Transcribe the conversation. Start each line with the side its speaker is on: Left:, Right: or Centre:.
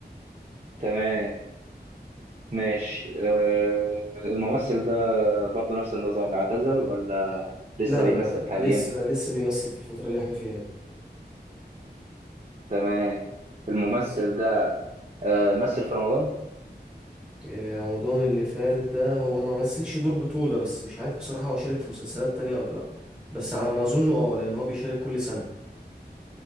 Right: تمام ماشي آه، الممثل ده برضه نفس النظام اعتزل ولا لسه
Centre: لا
Right: بيمثل
Centre: لا لا
Right: حاليا
Centre: لسه لسه بيمثل في الفتره اللي احنا فيها دي
Right: تمام الممثل ده آه، مثل في رمضان
Centre: إيه، رمضان اللي فات ده هو ما مثلش دور بطولة بس مش عارف بصراحة هو شارك في مسلسلات تانية ولا لأ بس على ما أظن اه لأن هو بيشارك كل سنة